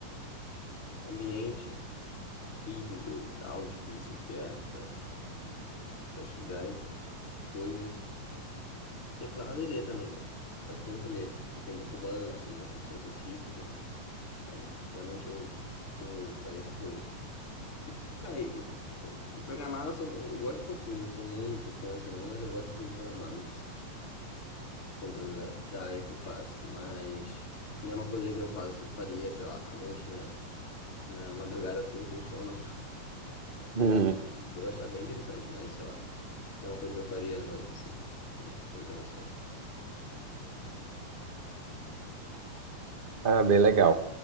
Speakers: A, on the left; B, on the right.
A: ambiente rígido, tal, difícil que é para estudar e coisas. Teclado e ler também, eu gosto muito de ler, depende do romance, uma ficção científica. tal. Geralmente eu costumo fazer essas coisas. Cara, e, e- e programar eu, sou, eu gosto um pouquinho, não sou muito fã assim não, mas eu gosto um pouquinho de programar, por conta da, da área que eu faço, mas... Não é uma coisa que eu faço, eu faria, sei lá, à noite, né? na madrugada por diversão, não. Apesar
B: Hum,
A: de eu achar bem interessante, mas sei lá, não é uma coisa que eu faria à noite, assim, né, programação.
B: Ah, bem legal.